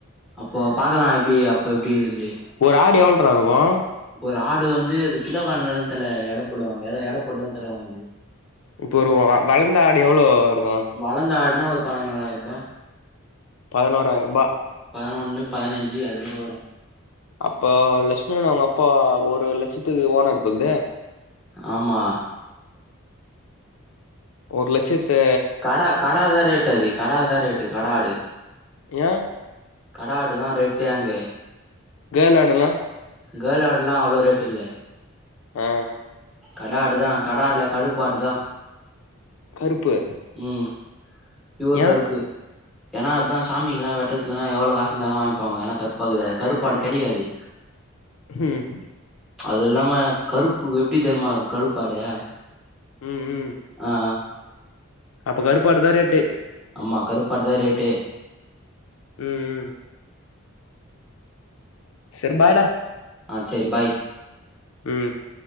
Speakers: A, in the centre; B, on the left.
A: அப்போ பாக்கலா எப்டி அப்ப எப்டி ன்னுது
B: ஒரு ஆடு எவ்ள்ட்ரா இருக்கு
A: ஒரு ஆடு வந்து அது கிலோ கணக்கு தல எடப்போடுவாங்க எடப்போட்டுதா தருவாங்க அது
B: இப்போ ஒரு வளந்த ஆடு எவ்ளோ இருகு
A: வளந்த ஆடுனா ஒரு பதினோறாயிர்பா
B: பதினோறாயிர்பா
A: பதினொன்னு பதினஞ்சு அதுமேரி வரு
B: அப்ப லஷ்மனன் அவுங்க அப்பா ஒரு லட்ச்த்துக்கு ஓனர்ப்போல்தே
A: ஆமா
B: ஒரு லச்சத்து
A: கடா கடா தா ரேட்டு அதி கடா தா ரேட்டு கடா ஆடு
B: ஏ
A: கடா ஆடு தா ரேட்டே அங்கே
B: கேள் ஆடுலா
A: கேள் ஆடுலா அவ்ளோ ரேட் இல்ல
B: ஆ
A: கடா ஆடு தா கடா ஆடுல கடுப்பாடு தா
B: கருப்பு
A: ம் ப்யூர் கருப்பு
B: ஏ
A: ஏனா அத்தான் சாமிலா வெட்றதுக்குன்னா எவ்ளோ காசுந்தாலு வாங்க்ப்பாங்க ஏனா கருப்பாக்குது கருப்பாடு கெடிக்காது
B: ம்
A: அதுல்லாம கருப்பு எப்டி தெர்மாருக்கும் கருப்பாடு ஆ
B: ம் ம்
A: ஆ
B: அப்ப கருப்பாடு தா ரேட்டு
A: அம்மா கருப்பாடு தா ரேட்டே
B: ம் ம் செர் பாய்டா
A: ஆ செரி பாய்
B: ம்